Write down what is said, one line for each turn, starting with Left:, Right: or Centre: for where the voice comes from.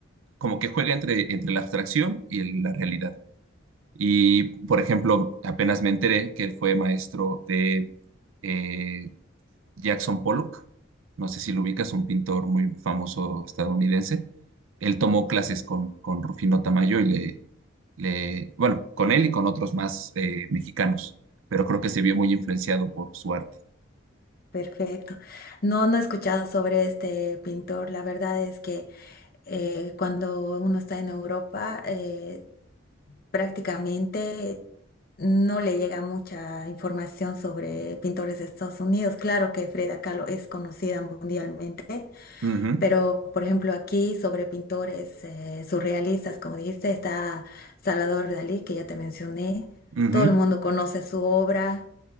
Right: como que juega entre, entre la abstracción y el- la realidad. Y, por ejemplo, apenas me enteré que él fue maestro de, eh, Jackson Pollock, no sé si lo ubicas, un pintor muy famoso estadounidense. Él tomó clases con, con Rufino Tamayo y le, le- bueno, con él y con otros más eh, mexicanos, pero creo que se vio muy influenciado por su arte.
Left: Perfecto. No, no he escuchado sobre este pintor. La verdad es que eh, cuando uno está en Europa, eh, prácticamente no le llega mucha información sobre pintores de Estados Unidos. Claro que Frida Kahlo es conocida mundialmente,
Right: Ujú,
Left: pero por ejemplo aquí sobre pintores eh, surrealistas, como dijiste, está Salvador Dalí, que ya te mencioné.
Right: ujú,
Left: Todo el mundo conoce su obra,